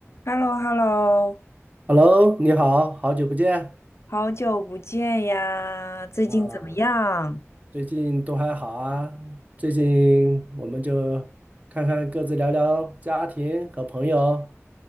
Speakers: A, on the left; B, on the right.
A: h e l l o h e l l o
B: Hello，你好，好久不见
A: 好久不见呀，最近怎么样？
B: 啊，最近都还好啊？最近我们就看看各自聊聊家庭和朋友。